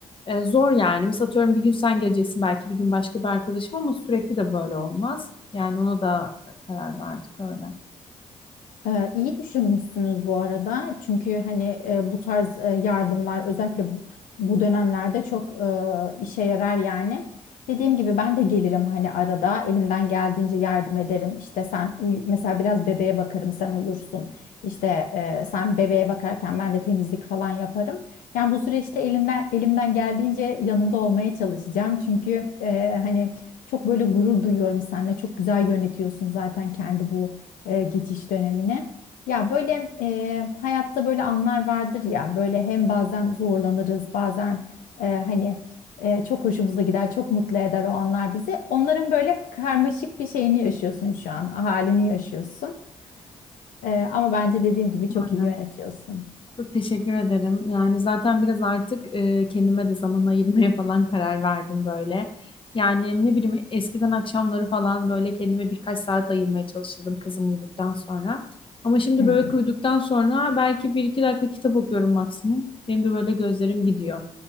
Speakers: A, on the left; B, on the left.
A: E, zor yani. Mesela atıyorum bir gün sen geleceksin belki bir gün başka bir arkadaşım ama sürekli de böyle olmaz. Yani ona da karar verdik öyle.
B: Ee, iyi düşünmüşsünüz bu arada. Çünkü hani e, bu tarz e, yardımlar özellikle bu dönemlerde çok e, işe yarar yani. Dediğim gibi ben de gelirim hani arada elimden geldiğince yardım ederim. İşte sen uyu mesela biraz bebeğe bakarım sen uyursun. İşte e, sen bebeğe bakarken ben de temizlik falan yaparım. Yani bu süreçte elinden elimden geldiğince yanında olmaya çalışacağım. Çünkü e, hani çok böyle gurur duyuyorum seninle. Çok güzel yönetiyorsun zaten kendi bu e, geçiş dönemine. Ya böyle e, hayatta böyle anlar vardır ya böyle hem bazen zorlanırız bazen e, hani e, çok hoşumuza gider çok mutlu eder o anlar bizi. Onların böyle karmaşık bir şeyini yaşıyorsun şu an halini yaşıyorsun. E, ama bence dediğim gibi çok
A: Aynen.
B: iyi yönetiyorsun.
A: Çok teşekkür ederim. Yani zaten biraz artık e, kendime de zaman ayırmaya falan karar verdim böyle. Yani ne bileyim eskiden akşamları falan böyle kendime birkaç saat ayırmaya çalışırdım kızım uyuduktan sonra. Ama şimdi
B: Hı hı.
A: bebek uyuduktan sonra belki bir iki dakika kitap okuyorum maksimum. Benim de böyle gözlerim gidiyor.